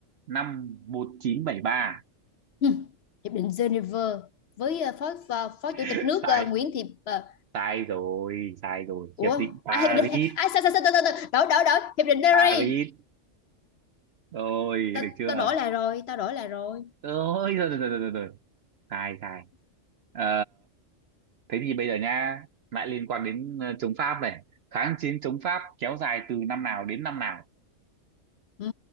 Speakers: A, on the right (about 60°); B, on the left (about 60°).
A: năm một nghìn chín trăm bảy mươi ba
B: Ừ. Hiệp định Geneva với ờ, phó phó, phó
A: <laughs>
B: chủ tịch nước
A: Sai,
B: ờ, Nguyễn Thị ờ,
A: sai rồi, sai rồi,
B: ủa
A: hiệp định Paris,
B: ai hiệp định ai sao sao sao sao đổi đổi đổi hiệp định Paris
A: Paris. Rồi,
B: tao
A: được chưa?
B: tao đổi lại rồi tao đổi lại rồi
A: Ôi, Rồi, rồi, rồi, rồi, rồi, rồi. Sai, sai. Ờ, thế thì bây giờ nha, lại liên quan đến ờ, chống Pháp này. Kháng chiến chống Pháp kéo dài từ năm nào đến năm nào?
B: ừ.